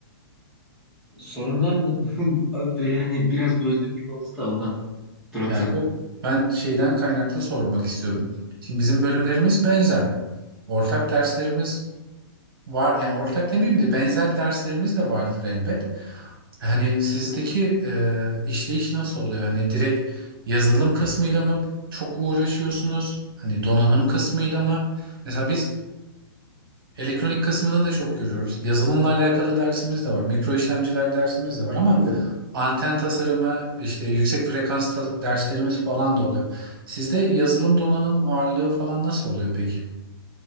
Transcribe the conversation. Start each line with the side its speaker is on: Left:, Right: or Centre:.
Centre: sorun var mı? <laughs> Abi Böyle hani biraz böldüm gibi oldu da ondan duraksadım.
Right: Yani bu ben şeyden kaynaklı sormak istiyordum. Şimdi bizim bölümlerimiz benzer. Ortak derslerimiz var. Yani ortak demeyeyim de benzer derslerimiz de vardır elbet. Hani sizdeki e, işleyiş nasıl oluyor? Hani direkt yazılım kısmıyla mı çok uğraşıyorsunuz? Hani donanım kısmıyla mı? Mesela biz Elektronik kısmında da çok görüyoruz. Yazılımla alakalı dersimiz de var. Mikro işlemciler dersimiz de var ama anten tasarımı, işte yüksek frekans ta- derslerimiz falan da oluyor. Sizde yazılım donanım ağırlığı falan nasıl oluyor peki?